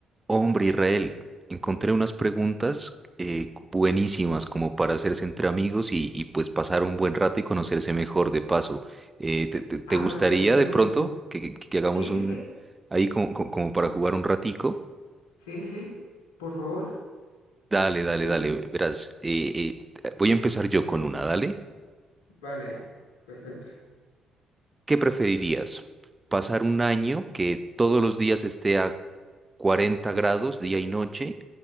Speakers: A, on the right; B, on the left.
A: Hombre, Israel, encontré unas preguntas eh, buenísimas como para hacerse entre amigos y, y, pues pasar un buen rato y conocerse mejor de paso. Eh, te, te- te
B: Ah,
A: gustaría
B: perfecto, qué
A: de
B: gusto.
A: pronto que, que- que hagamos
B: Sí, sí,
A: un
B: sí,
A: ahí como, como- como para jugar un ratico?
B: sí, sí, sí, por favor.
A: Dale, dale,
B: Sí,
A: dale.
B: sí.
A: Verás, eh, eh, voy a empezar yo con una, dale.
B: Vale, perfecto.
A: ¿Qué preferirías? ¿Pasar un año que todos los días esté a 40 grados día y noche